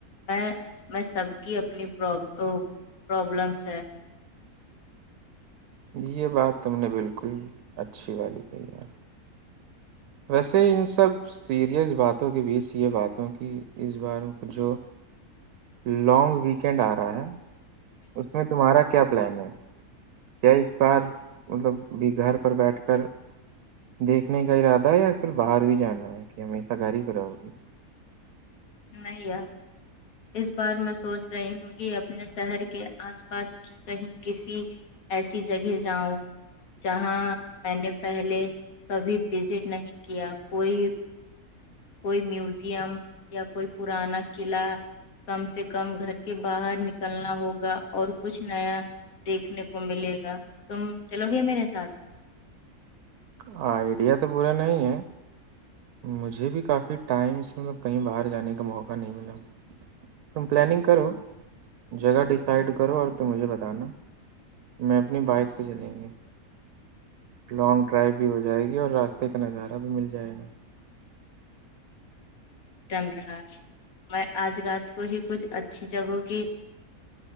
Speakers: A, on the left (about 70°); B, on the right (about 85°).
A: میں میں سب کی اپنی پرا پرابلمس ہے
B: یہ بات تم نے بالکل اچھی والی کہی ہے ویسے ان سب سیریس باتوں کے بیچ یہ باتوں کی اس بار جو لونگ ویکینڈ آ رہا ہے اس میں تمہارا کیا پلان ہے یا اس بار مطلب بھی گھر پر بیٹھ کر دیکھنے کا ارادہ ہے یا پھر باہر بھی جانا ہے کہ ہمیشہ گھر ہی پہ رہو گی
A: نہیں یار اس بار میں سونچ رہی ہوں کہ اپنے شہر کے آس پاس کی کہیں کسی ایسی جگہ جاؤں جہاں میں نے پہلے کبھی وزٹ نہیں کیا کوئی کوئی میوزیم یا کوئی پرانا قلعہ کم سے کم گھر کے باہر نکلنا ہوگا اور کچھ نیا دیکھنے کو ملے گا تم چلو گے میرے ساتھ
B: ہاں آئیڈیا تو بورا نہیں ہے مجھے بھی کافی ٹائم سے مطلب کہی باہر جانے کا موقع نہیں ملا تم پلاننگ کرو جگہ ڈیسائڈ کرو اور تم مجھے بتانا میں اپنی بائک سے چلیںگے لانگ ڈرائیو بھی ہو جائے گی اور راستے کا نظارہ بھی مل جائے گا
A: ڈن رہا میں آج رات کو ہی کچھ اچھی جگہوں کی